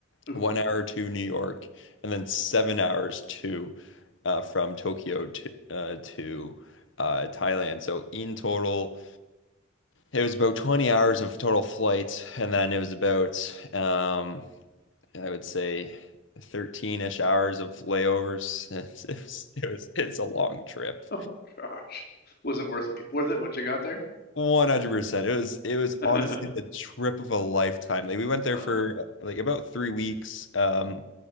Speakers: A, on the left; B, on the left.
A: Huh.
B: one hour to New York, and then seven hours to uh, from Tokyo to uh, to uh, Thailand. So in total, it was about 20 hours of total flight, and then it was about um, I would say 13-ish hours of layovers. <laughs> It was, it was it's a long trip.
A: <laughs> Oh gosh, was it worth worth it once you got there?
B: 100%. It was it was
A: <laughs>
B: honestly the trip of a lifetime. Like we went
A: Uh,
B: there for like about 3 weeks um